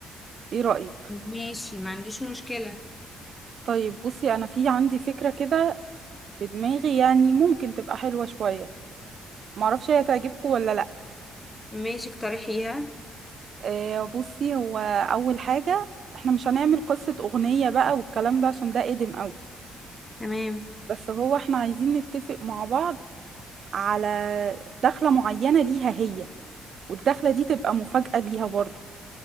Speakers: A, on the right; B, on the left.
A: ايه رأيك
B: ماشي ما عنديش مشكلة
A: طيب بصي أنا في عندي فكرة كده في دماغي يعني ممكن تبقى حلوة شوية معرفش هي تعجبكم ولا لأ
B: ماشي اقترحيها
A: آه، بصي هو اول حاجه احنا مش هنعمل قصه اغنيه بقى والكلام ده عشان ده قديم قوي
B: تمام
A: بس هو احنا عايزين نتفق مع بعض على دخله معينه ليها هي والدخله دي تبقى مفاجاه ليها برضو